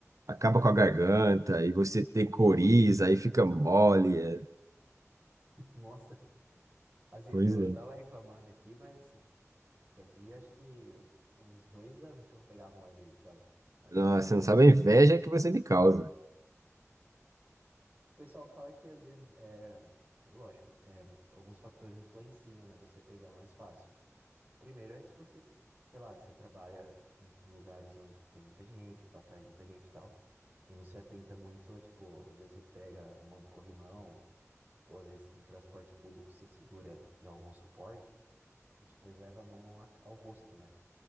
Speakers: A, on the right; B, on the right.
A: acaba com a garganta, e você tem coriza, aí fica mole. É...
B: Nossa, assim,
A: Pois
B: eu, tô,
A: é.
B: eu tava reclamando aqui, mas assim, fazia acho que uns dois anos que eu não pegava uma gripe, sabe? Agora
A: Nossa,
B: você me falando.
A: você não sabe a inveja que você me causa.
B: O pessoal fala que às vezes, é, é lógico, é, alguns fatores influenciam, né? Você pegar mais fácil. Primeiro é se você, sei lá, você trabalha em lugares onde tem muita gente, passagem de muita gente e tal, e não se atenta muito, a, tipo, às vezes você pega mão do corrimão, ou às vezes no transporte público você segura em algum suporte e depois leva a mão a- ao rosto, né?